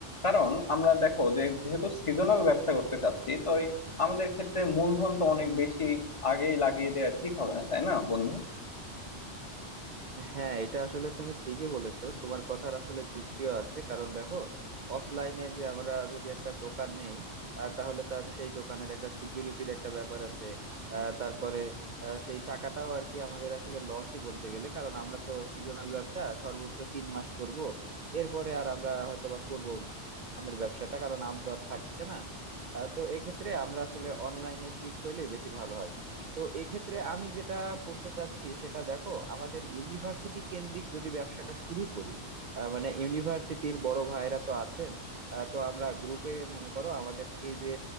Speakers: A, on the left (about 30°); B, on the right (about 60°).
A: কারণ আমরা দেখো যে যেহেতু সিজনাল ব্যবসা করতে চাচ্ছি তো এই আমাদের ক্ষেত্রে মূলধন তো অনেক বেশি আগেই লাগিয়ে দেওয়া ঠিক হবে না তাই না বন্ধু
B: হ্যাঁ এটা আসলে তুমি ঠিকই বলেছো তোমার কথার আসলে যুক্তিও আছে কারণ দেখো অফলাইনে যে আমরা যদি একটা দোকান নেই আহ, তাহলে তার সেই দোকানের একটা সিকিউরিটির একটা ব্যাপার আছে আহ, তারপরে আহ, সেই টাকাটাও আর কি আমাদের আসলে লসই বলতে গেলে কারণ আমরা তো সিজনাল ব্যবসা সর্বোচ্চ তিন মাস করব এরপরে আর আমরা হয়তো বা করবো না আমের ব্যবসাটা কারণ আম তো আর থাকছে না আহ, তো এক্ষেত্রে আমরা আসলে অনলাইনে শিফট হইলে বেশি ভালো হয় তো এক্ষেত্রে আমি যেটা করতে চাচ্ছি সেটা দেখো আমাদের ইউনিভার্সিটি কেন্দ্রিক যদি ব্যবসাটা শুরু করি আহ, মানে ইউনিভার্সিটির বড় ভাইরা তো আছেন আহ, তো আমরা গ্রুপে মনে করো আমাদের পেজে